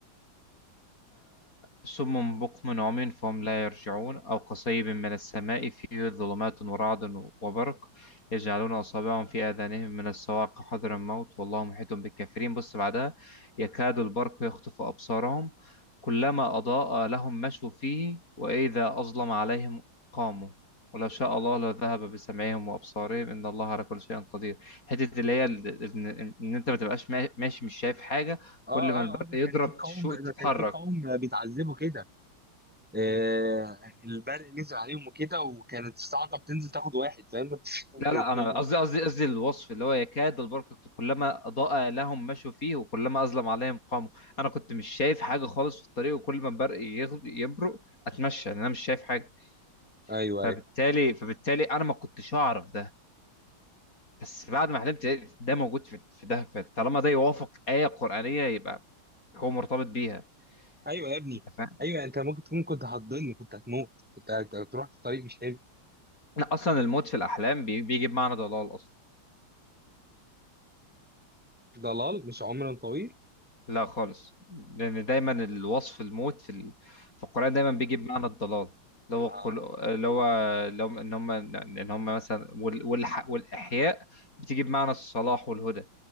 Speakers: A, on the left; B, in the centre.
A: صم بكم عمي فهم لا يرجعون أو كصيب من السماء فيه ظلمات ورعد وبرق يجعلون أصابعهم في آذانهم من الصواعق حذر الموت والله محيط بالكافرين بص بعدها يكاد البرق يخطف أبصارهم كلما أضاء لهم مشوا فيه وإذا أظلم عليهم قاموا ولو شاء الله لذهب بسمعهم وأبصارهم إن الله على كل شيء قدير حتة اللي هي ال- إن إن أنت ما تبقاش ما- ماشي مش شايف حاجة
B: اه
A: كل ما البرق
B: اه اه ده
A: يضرب
B: كان في قوم
A: تشو- تتحرك
B: ده كان في قوم بيتعذبوا كده آه البرق نزل عليهم وكده وكانت الصاعقه بتنزل تاخد واحد فاهم <laughs>
A: لا لا انا
B: تقوم-
A: قصدي قصدي قصدي الوصف اللي هو يكاد البرق كلما اضاء لهم مشوا فيه وكلما اظلم عليهم قاموا انا كنت مش شايف حاجه خالص في الطريق وكل ما البرق يغ- يبرق اتمشى لأن انا مش شايف حاجه
B: ايوه
A: فبالتالي
B: ايوه
A: فبالتالي انا ما كنتش اعرف ده بس بعد ما حلمت لقيت ده موجود في في ده فطالما ده يوافق ايه قرانيه يبقى هو مرتبط بيها
B: ايوه يا ابني
A: انت فاهم
B: ايوه انت ممكن تكون كنت هتضل كنت هتموت كنت هت- هتروح في طريق مش حلو
A: انا اصلا الموت في الاحلام بي- بيجي بمعنى ضلال اصلا
B: ضلال مش عمر طويل
A: لا خالص لأن دايما الوصف الموت في ال... في القرآن دايما بيجي بمعنى الضلال اللي هو
B: اه
A: كل... اللي هو لو إن هم إن هم مثلا وال... والح... والإحياء بتيجي بمعنى الصلاح والهدى